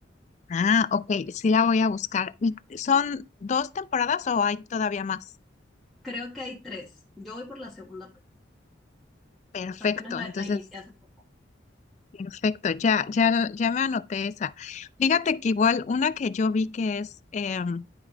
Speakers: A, on the left; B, in the centre.
A: Ah, ok, sí la voy a buscar. ¿Y son dos temporadas o hay todavía más?
B: Creo que hay tres. Yo voy por la segunda apenas.
A: Perfecto,
B: Apenas la,
A: entonces,
B: la inicié hace poco.
A: perfecto, ya, ya, ya me anoté esa. Fíjate que igual una que yo vi que es, em,